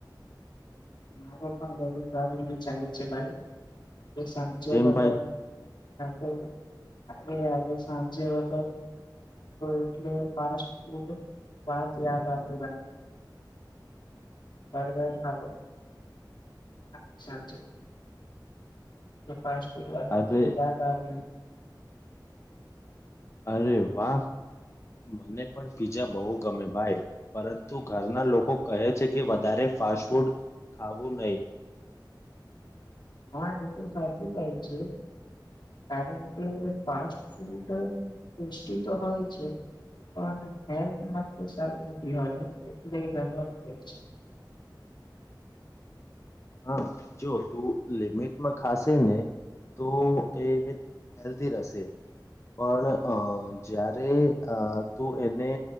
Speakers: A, on the left (about 75°); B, on the left (about 35°).
A: મારો પણ બુ સારું નહી ચાલે છે ભાઈ આજે સમજો
B: કેમ
A: બ
B: ભાઈ
A: ત તો હ આજે સાંજે વગરો એટલે ફાસ ફૂડ વાત યાદ આ દુ બરાબર હા બા સાજો પાચટ વા
B: અરે
A: યાદ આવ
B: અરે વાહ. મને પણ પીજા બહુ ગમે ભાઈ પરંતુ ઘરના લોકો કહે છે કે વધારે ફાસ્ટફૂડ ખાવું નઈ.
A: હા, એ તો સાચું કહ્યુ છે. કારણ કે ફાસ્ટ ફૂડ ટેસ્ટી તો હોય છે. પણ હેલ્થમાં તો સારું નથી હોય એટલે ઘરવાળુ કે છે.
B: <inaudible> હા, જો તું લિમિટમાં ખાશે ને તો એ હેલ્ધી રહેશે. પણ અ જ્યારે અ તું એને